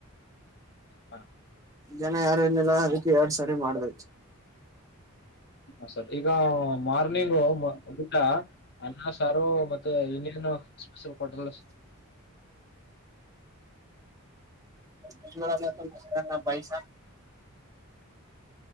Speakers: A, on the left; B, on the right.
A: ಹಾ
B: ಜನ ಯಾರೇನಿಲ್ಲ ಅದಕ್ಕೆ ಎರಡ್ ಸಾರಿ ಮಾಡ್ದ
A: ಹ ಸರ್ ಈಗ ಮಾರ್ನಿಂಗ್ ಒಟ ಅನ್ನ ಸಾರು ಮತ್ತೆ ಇನ್ನೇನು ಸ್ಪೆಷಲ್ ಹಟೆಲ್
B: ಉಜ ಸರ ಪೈಸ